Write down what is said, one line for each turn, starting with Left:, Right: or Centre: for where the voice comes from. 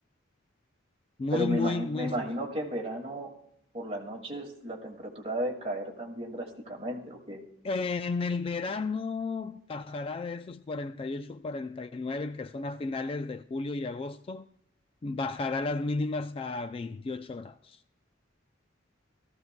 Left: muy,
Right: Pero me
Left: muy,
Right: imagino, me
Left: muy
Right: imagino
Left: eso.
Right: que en verano por las noches la temperatura debe caer también drásticamente, ¿o qué?
Left: En el verano bajará de esos cuarenta cuarenta y ocho, cuarenta y nueve que son a finales de julio y agosto, bajará las mínimas a 28 grados.